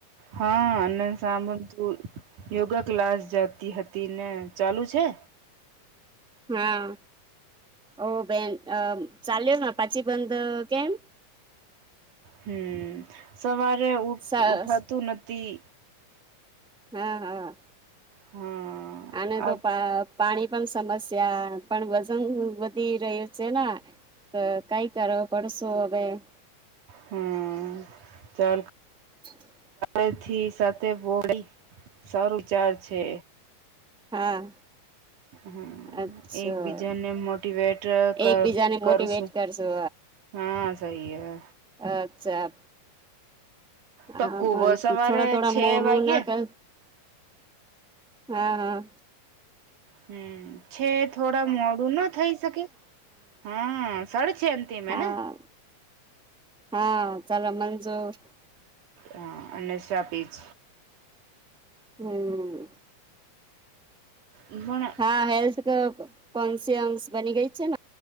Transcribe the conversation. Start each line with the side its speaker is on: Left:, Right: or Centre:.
Right: હા અને સાંભળ તું યોગા ક્લાસ જાતી હતી ને ચાલુ છે
Centre: હા ઓ બેન ચાલ્યો પાછી બંધ કેમ
Right: હમ સવારે ઉઠ
Centre: સરસ
Right: ઉઠાતું નથી
Centre: હા હા
Right: હમ
Centre: આને
Right: આ
Centre: તો પા પાણી પણ સમસ્યા પણ વજન વધી રહ્યું છે ને તો કઈ કરો પડસો હ ભાઈ
Right: હમ ચાલ
Centre: <unintelligible>
Right: અથી સાથે બોળી સારું ચાર છે.
Centre: હા.
Right: હમ્મ,
Centre: અચ્છા
Right: એકબીજાને મોટવેટ
Centre: એકબીજાને
Right: કર
Centre: મોટીવેટ
Right: કરશું.
Centre: કરશો
Right: હા સહી હે.
Centre: અચ્છા. હા
Right: પક્કું
Centre: પણ
Right: બ સવારે
Centre: થોડા થોડા
Right: છે
Centre: મોડું
Right: વાગે
Centre: ના કય. હા હા.
Right: હમ્મ, છે થોડા મોડું ના થઈ શકે હા સર છે એમથી મે
Centre: હા
Right: ના.
Centre: હા, ચાલો મંજૂર.
Right: હા અને શા પીચ.
Centre: હમ્મ.
Right: પણ
Centre: હા હેલ્થ કો કોન્શયસ બની ગઈ છે ને?